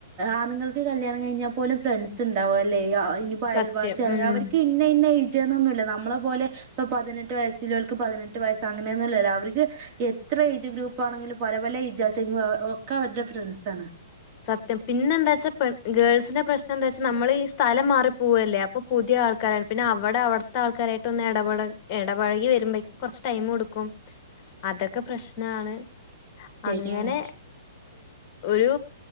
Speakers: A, on the right; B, on the left.
A: ആണുങ്ങൾക്ക് കല്യാണം കഴിഞ്ഞാൽ പോലും ഫ്രണ്ട്സ് ഇണ്ട് ണ്ടാവുല്ലേ ഇനിപ്പോ അയൽവാസിയാണെങ്കി
B: സത്യം. ഉം.
A: അവര്ക്ക് ഇന്നെ ഇന്ന റ്റെന്നുന്നില്ല നമ്മളെ പോലെ ഇപ്പൊ പതിനെട്ട് വയസ്സില്ലോർക്ക് പതിനെട്ട് വയ് അങ്ങനെന്നുല്ല അവര്ക്ക് എത്ര ഏജ് ഗ്രൂപ്പാണെങ്കിലും പല പല ഏജ് ആച്ചെങ്ക ഒക്കെ അവരുടെ ഫ്രണ്ട്സ് ആണ്
B: സത്യം പിന്നെ എന്താ വെച്ചാ ഗേൾസിന്റെ പ്രശ്നം എന്താ വെച്ചാ നമ്മൾ ഈ സ്ഥലം മാറി പോവല്ലേ അപ്പൊ പുതിയ ആൾക്കാരാണ് പിന്നെ അവിടെ അവിടുത്തെ ആൾക്കാരായിട്ട് ഒന്ന് ഇടപ ഇടപഴകി വരുമ്പോക്കക്ക് കുറച്ച് ടൈം എടുക്കും അതൊക്കെ പ്രശ്നമാണ്
A: ശരിയാണ്
B: അങ്ങനെ ഒരു